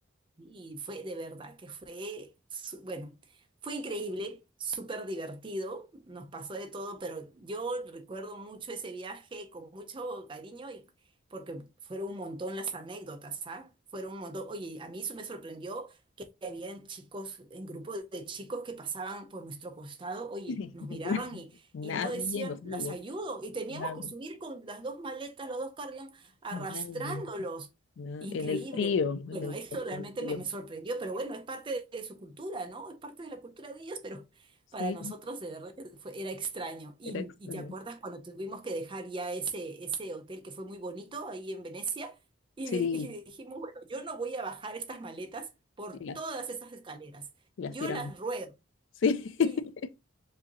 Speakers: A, on the right; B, on the left.
A: Y fue de verdad que fue, su- bueno, fue increíble, súper divertido, nos pasó de todo, pero yo recuerdo mucho ese viaje con mucho cariño y porque fueron un montón las anécdotas, ¿ah? Fueron un montón. Oye, a mí eso me sorprendió que habían chicos, en grupo de chicos que pasaban por nuestro costado, oye,
B: <laughs>
A: nos miraban
B: Y
A: y,
B: Nadie
A: y no decían,
B: nos dijo.
A: las ayudo. Y teníamos
B: Nadie,
A: que subir con las dos maletas, los dos carrión, arrastrándolos.
B: nadie, na-
A: Increíble.
B: En el frío, en
A: Bueno,
B: el
A: eso
B: total
A: realmente
B: frío.
A: me, me sorprendió, pero bueno, es parte de, de su cultura, ¿no? Es parte de la cultura de ellos, pero para
B: Sí,
A: nosotros de verdad que fue, era extraño. Y,
B: era extraño.
A: y te acuerdas cuando tuvimos que dejar ya ese, ese hotel que fue muy bonito ahí en Venecia y,
B: Sí,
A: di- y dijimos, bueno, yo no voy a bajar estas maletas por
B: y la-
A: todas esas escaleras.
B: y las
A: Yo
B: tiramos.
A: las ruedo.
B: Sí,
A: Y
B: <laughs>